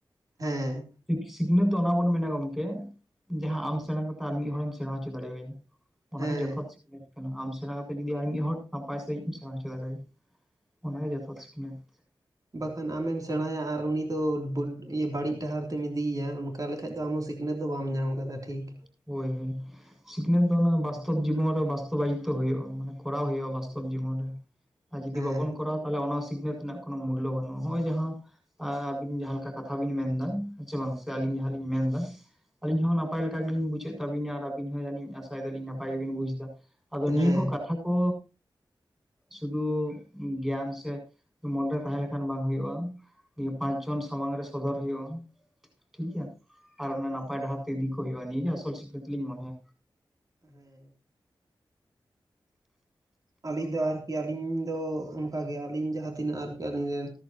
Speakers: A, on the right; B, in the centre.
A: ᱦᱮᱸ,
B: ᱥᱤᱠᱷᱱᱟᱹᱛ ᱫᱚ ᱚᱱᱟ ᱵᱚᱱ ᱢᱮᱱᱟ ᱜᱚᱢᱠᱮ, ᱡᱟᱦᱟᱸ ᱟᱢ ᱥᱮᱬᱟ ᱠᱟᱛᱮ ᱟᱨ ᱢᱤᱫ ᱦᱚᱲᱮᱢ ᱥᱮᱬᱟ ᱦᱚᱪᱚ ᱫᱟᱲᱮᱭ ᱟᱭᱟ ᱚᱱᱟᱜᱮ
A: ᱦᱮᱸ
B: ᱡᱚᱛᱷᱟᱛ ᱥᱤᱠᱷᱱᱟᱹᱛ ᱠᱟᱱᱟ ᱟᱢ ᱥᱮᱬᱟ ᱠᱟᱛᱮ ᱡᱩᱫᱤ ᱟᱨ ᱢᱤᱫ ᱦᱚᱲ ᱱᱟᱯᱟᱭ ᱥᱟᱺᱦᱤᱡ ᱮᱢ ᱥᱮᱬᱟ ᱦᱚᱪᱚ ᱫᱟᱲᱮᱭᱟ ᱚᱱᱟᱜᱮ ᱡᱚᱛᱷᱟᱛ ᱥᱤᱠᱷᱱᱟᱹᱛ᱾
A: ᱵᱟᱠᱷᱟᱱ ᱟᱢᱮᱢ ᱥᱮᱬᱟᱭᱟ ᱟᱨ ᱩᱱᱤ ᱫᱚ ᱵᱟᱹᱲᱤᱡ ᱰᱟᱦᱟᱨ ᱛᱮᱢ ᱤᱫᱤᱭᱮᱭᱟ ᱚᱱᱠᱟ ᱞᱮᱠᱷᱟᱱ ᱫᱚ ᱟᱢ ᱦᱚᱸ ᱥᱤᱠᱷ ᱱᱟᱹᱛ ᱫᱚ ᱵᱟᱢ ᱧᱟᱢ ᱟᱠᱟᱫᱟ ᱴᱷᱤᱠ᱾
B: ᱦᱳᱭ, ᱦᱳᱭ, ᱥᱤᱠᱷᱱᱟᱹᱛ ᱫᱚ ᱚᱱᱟ ᱵᱟᱥᱛᱚᱵ ᱡᱤᱵᱚᱱ ᱨᱮ ᱵᱟᱥᱛᱚᱵ ᱟᱭᱤᱛᱚ ᱦᱩᱭᱩᱜᱼᱟ ᱢᱟᱱᱮ ᱠᱚᱨᱟᱣ ᱦᱩᱭᱩᱜᱼᱟ ᱵᱟᱥᱛᱚᱵ ᱡᱤᱵᱚᱱ ᱨᱮ, ᱟᱨ ᱡᱩᱫᱤ
A: ᱦᱮᱸ
B: ᱵᱟᱵᱚᱱ ᱠᱚᱨᱟᱣᱟ ᱛᱟᱦᱚᱞᱮ ᱚᱱᱟ ᱥᱤᱠᱷᱱᱟᱹᱛ ᱨᱮᱱᱟᱜ ᱠᱳᱱᱚ ᱢᱩᱞᱞᱚ ᱵᱟᱹᱱᱩᱜᱼᱟ᱾ ᱱᱚᱜᱼᱚᱭ ᱡᱟᱦᱟᱸ ᱟᱨ ᱟᱵᱤᱱ ᱡᱟᱦᱟᱸ ᱞᱮᱠᱟ ᱠᱟᱛᱷᱟ ᱵᱤᱱ ᱢᱮᱱ ᱮᱫᱟ ᱦᱮᱸ ᱪᱮ ᱵᱟᱝ ᱥᱮ ᱟᱹᱞᱤᱧ ᱡᱟᱦᱟᱸᱞᱤᱧ ᱢᱮᱱ ᱮᱫᱟ, ᱟᱹᱞᱤᱧ ᱦᱚᱸ ᱱᱟᱯᱟᱭ ᱞᱮᱠᱟ ᱜᱮᱞᱤᱧ ᱵᱩᱡᱮᱫ ᱛᱟᱹᱵᱤᱱᱟ ᱟᱨ ᱟᱹᱵᱤᱱ ᱦᱚᱸ ᱡᱟᱹᱱᱤᱡ ᱟᱥᱟᱭᱮᱫᱟ ᱞᱤᱧ ᱱᱟᱯᱟᱭ ᱜᱮᱵᱤᱱ ᱵᱩᱡ ᱮᱫᱟ᱾ ᱟᱫᱚ ᱱᱤᱭᱟᱹ
A: ᱦᱮᱸ
B: ᱠᱚ ᱠᱟᱛᱷᱟ ᱠᱚ ᱥᱩᱫᱷᱩ ᱜᱮᱭᱟᱱ ᱥᱮ ᱢᱚᱱᱮᱨᱮ ᱛᱟᱦᱮᱸ ᱞᱮᱠᱷᱟᱱ ᱵᱟᱝ ᱦᱩᱭᱩᱜᱼᱟ ᱱᱤᱭᱟᱹ ᱯᱟᱸᱪ ᱡᱚᱱ ᱥᱟᱢᱟᱝ ᱨᱮ ᱥᱚᱫᱚᱨ ᱦᱩᱭᱩᱜᱼᱟ ᱴᱷᱤᱠ ᱜᱮᱭᱟ ᱟᱨ ᱚᱱᱟ ᱱᱟᱯᱟᱭ ᱰᱟᱦᱟᱨ ᱛᱮ ᱤᱫᱤ ᱠᱚ ᱦᱩᱭᱩᱜᱼᱟ ᱱᱤᱭᱟᱹᱜᱮ ᱟᱥᱚᱞ ᱥᱤᱠᱷᱱᱟᱹᱛ ᱞᱤᱧ ᱢᱚᱱᱮᱭᱟ᱾
A: ᱦᱮᱸ ᱟᱹᱞᱤᱧ ᱫᱚ ᱟᱨᱠᱤ ᱟᱹᱞᱤᱧ ᱫᱚ ᱚᱱᱠᱟᱜᱮ ᱟᱹᱞᱤᱧ ᱡᱟᱦᱟᱸ ᱛᱤᱱᱟᱹᱜ ᱟᱨᱠᱤ ᱟᱹᱞᱤᱧ ᱨᱮᱱ,